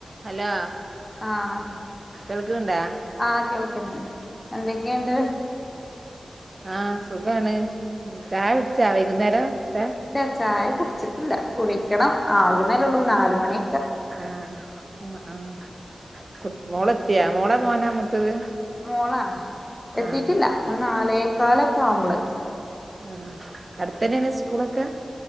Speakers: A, on the right; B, on the left.
A: Hello.
B: ആഹ്
A: കേൾക്കണണ്ടാ
B: ആഹ് കേൾക്ക്ണ് ണ്ട് എന്തൊക്കെണ്ട്.
A: ആഹ് സുഖാണ് ചായ കുട്ച്ചാ വൈകുന്നേരം ത്തെ.
B: ഇല്ല ചായ കുട് ച്ച്ട്ടില്ല കുടിക്കണം ആവ്ണല്ലെള്ളൂ നാല് മണി.
A: ആഹ് ആഹ് ആഹ് കു മോളെത്തിയാ മോളാ മോനാ മൂത്തത്.
B: മോളാണ് എത്തീട്ടില്ല
A: ആഹ്
B: ഒള് നാലേകാലൊക്കെ ആകുമ്പളത്തു
A: ആഹ് ആഹ് അട്ത്തെന്നേണ് സ്കൂളൊക്കെ.